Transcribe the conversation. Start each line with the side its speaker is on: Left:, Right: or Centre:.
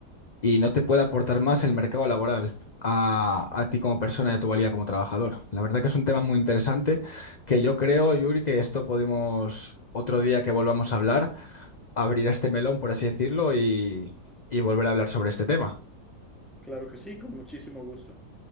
Left: y no te puede aportar más el mercado laboral a, a ti como persona y a tu valía como trabajador. La verdad que es un tema muy interesante que yo creo, Yuri, que esto podemos otro día que volvamos a hablar abrir este melón, por así decirlo, y, y volver a hablar sobre este tema.
Centre: Claro que sí, con muchísimo gusto.